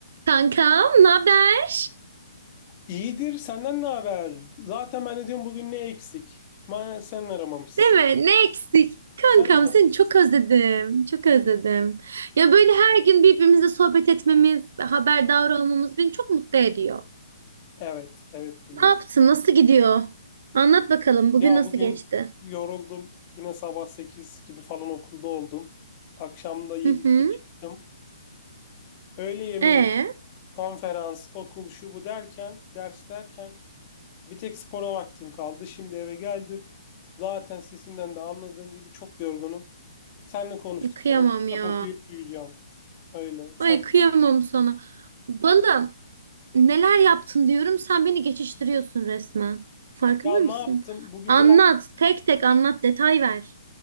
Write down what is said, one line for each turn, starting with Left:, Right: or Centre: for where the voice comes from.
Right: Kankam, ne haber,
Left: İyidir, senden ne haber? Zaten ben de diyorum bugün ne eksik? Ma sen aramamışsın.
Right: Değil mi? Ne eksik? Kankam
Left: Sen aramadın.
Right: seni çok özledim. Çok özledim. Ya böyle her gün birbirimizle sohbet etmemiz, haberdar olmamız beni çok mutlu ediyor.
Left: Evet, evet biliyorsun.
Right: Ne yaptın? Nasıl gidiyor? Anlat bakalım bugün
Left: Ya
Right: nasıl
Left: bugün
Right: geçti?
Left: yoruldum. Yine sabah 8 gibi falan okulda oldum. Akşam da 7
Right: Hı hı.
Left: gibi çıktım. Öğle yemeği,
Right: E,
Left: konferans, okul şu bu derken, ders derken bir tek spora vaktim kaldı. Şimdi eve geldim. Zaten sesimden de anladığın gibi çok yorgunum. Seninle konuştuk.
Right: kıyamam
Left: Tamam. Kitap
Right: ya.
Left: okuyup uyuyacağım. Öyle. Sen
Right: Ay kıyamam sana. Balım, neler yaptın diyorum sen beni geçiştiriyorsun resmen. Farkında
Left: Ya ne
Right: mısın?
Left: yaptım? Bugün
Right: Anlat,
Left: biraz
Right: tek tek anlat, detay ver.